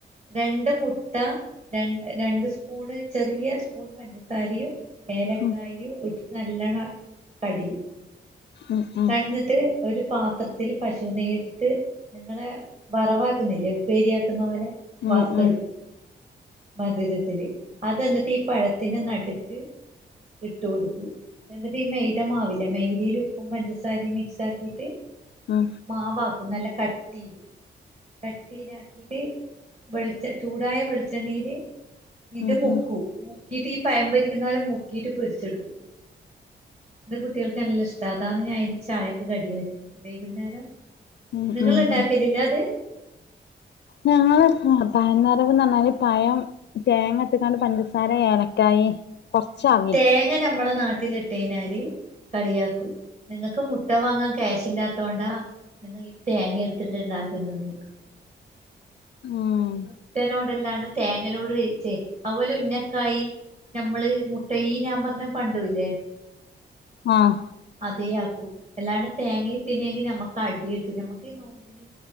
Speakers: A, on the right (about 35°); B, on the left (about 65°).
A: രണ്ട് മുട്ട ര രണ്ട് സ്പൂണ് ചെറിയ സ്പൂണ് പഞ്ചസാരിയും ഏലക്കായും
B: ഉം
A: ഇട്ടിട്ട് നല്ലവണ്ണം കടിയും
B: ഉം ഉം
A: കടഞ്ഞ എന്നിട്ട് ഒരു പാത്രത്തിൽ പശു നെയ്യട്ടിട്ട് നിങ്ങളെ വറവാക്കുന്നില്ലേ ഉപ്പേരിയാക്കുന്ന പോലെ
B: ഉം
A: വറുത്തെടുക്കൂ
B: ഉം
A: മധുരത്തില് അത് എന്നിട്ട് ഈ പഴത്തിന്റെ നടുക്ക് ഇട്ട് കൊടുക്കും എന്നിട്ട് ഈ മെയ്തമാവില്ല മെയ്തിയിൽ ഉപ്പും പഞ്ചസാരയും മിക്സ് ആക്കിയിട്ട്
B: ഉം
A: മാവാക്കും നല്ല കട്ടീയില് ചട്ടീയിലാക്കിട്ട് വെളിച്ച ചൂടായ വെളിച്ചെ വെളിച്ചെണ്ണില് ഇത്
B: ഉം
A: മുക്കും
B: ഉം
A: മുക്കിട്ട് ഈ പയം പൊരിക്കുന്ന പോലെ മുക്കീട്ട് പൊരിച്ചെടുക്കും എന്റെ കുട്ടികൾക്ക് എല്ലാം ഇഷ്ട അതാണ് ഞാൻ ഇന്ന് ചായക്ക് കടിയാക്കീത് വൈകുന്നേരം
B: ഉം
A: നിങ്ങള്
B: ആഹ്
A: ഇണ്ടാക്കലില്ലേ
B: ആഹ
A: <inaudible>
B: ഞങ്ങള് പയം നിറവ്ന്ന് പറഞ്ഞാല് പയം തേങ്ങ ഇട്ട്ക്കാണ്ട് പഞ്ചസാര ഏലക്കായി കൊറച് ആ
A: തേങ്ങ ഞമ്മളെ നാട്ടില് ഇട്ട് കഴിഞ്ഞാല് കളിയാക്കും നിങ്ങക്ക് മുട്ട വാങ്ങാൻ ക്യാഷ് ഇല്ലാത്തോണ്ടാ നിങ്ങൾ ഈ തേങ്ങ എടുത്തിട്ട് ഇണ്ടാക്കുന്ന് ന്ന് ചോദിക്കും
B: ഉം
A: ഞങ്ങക്ക് മുട്ടനോട് അല്ലാണ്ട് തേങ്ങനോട് ചേ അതുപോലെ ഉന്നക്കായി നമ്മള് മുട്ട ഈ ഞാൻ പറഞ്ഞ പണ്ടുംല്ലേ
B: ആഹ
A: അതെ ആക്കൂ എല്ലാണ്ട് തേങ്ങിയിട്ടനെങ്കി നമ്മുക്ക് അടി കിട്ടും ഞമ്മക്ക് ഈ നോമ്പിന്